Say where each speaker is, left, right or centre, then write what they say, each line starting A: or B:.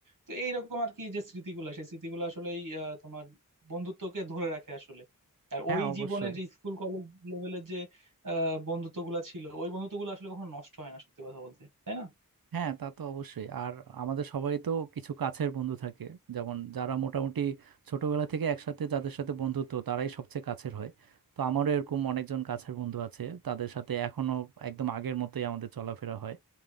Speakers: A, on the right; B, on the right.
A: তো এইরকম আর কি যে স্মৃতিগুলা সেই স্মৃতিগুলো আসলেই আহ, তোমার বন্ধুত্বকে ধরে রাখে আসলে আর
B: হ্যাঁ
A: ওই
B: অবশ্যই
A: জীবনের যে স্কুল কলেজ লেভেলের যে আহ বন্ধুত্ব গুলা ছিল ওই বন্ধুত্ব গুলো আসলে কখনো নষ্ট হয় না সত্যি কথা বলতে তাই না
B: হ্যাঁ তা তো অবশ্যই আর আমাদের সবাই তো কিছু কাছের বন্ধু থাকে যেমন যারা মোটামুটি ছোটবেলা থেকে একসাথে যাদের সাথে বন্ধুত্ব তারাই সবচেয়ে কাছের হয় তো আমারও এরকম অনেকজন কাছের বন্ধু আছে তাদের সাথে এখনো একদম আগের মতোই আমাদের চলাফেরা হয়